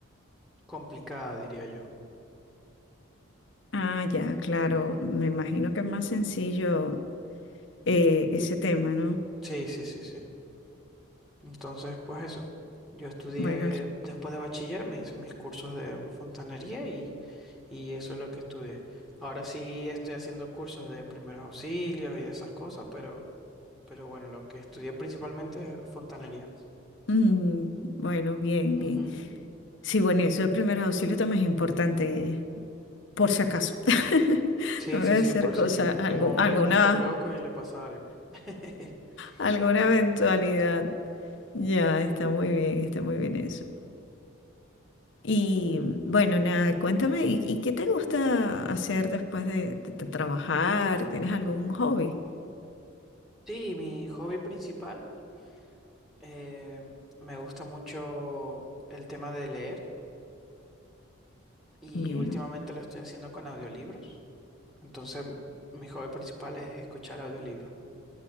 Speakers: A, in the centre; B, on the left.
A: complicada, diría yo.
B: Ah, ya, claro,
A: Ujú.
B: me imagino que es más sencillo eh, ese tema, ¿no?
A: Sí, sí, sí, sí. Entonces, pues eso. Yo estudié
B: Bueno, el-
A: después de bachiller, me hice mis cursos de fontanería y, y eso es lo que estudié. Ahora sí estoy haciendo cursos de primeros auxilios y de esas cosas, pero, pero bueno, lo que estudié principalmente es fontanería.
B: mm, bueno, bien,
A: Ujú.
B: bien. Sí, bueno, eso de primeros auxilios también es importante, por si acaso. <laughs>
A: Sí,
B: No voy
A: sí,
B: a hacer
A: sí, por
B: cosa,
A: si a mi
B: algo,
A: primo
B: alguna,
A: le mete el loco y le pasa algo. <laughs>
B: alguna
A: Sí,
B: eventualidad. Ya, está muy bien, está muy bien eso. Y bueno, nada, cuéntame, ¿y, y qué te gusta hacer después de, de- de trabajar? ¿Tienes algún hobby?
A: Sí, mi hobby principal, eh, me gusta mucho el tema de leer y
B: Bien,
A: últimamente lo estoy haciendo con audiolibros. Entonces, mi hobby principal es escuchar audiolibros.